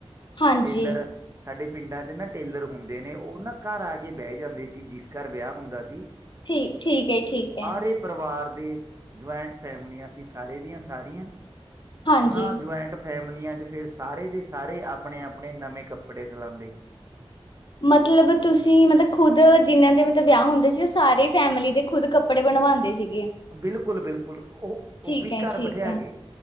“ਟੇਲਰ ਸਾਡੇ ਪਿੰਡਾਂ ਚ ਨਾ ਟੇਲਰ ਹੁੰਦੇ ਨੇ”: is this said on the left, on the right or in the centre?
Right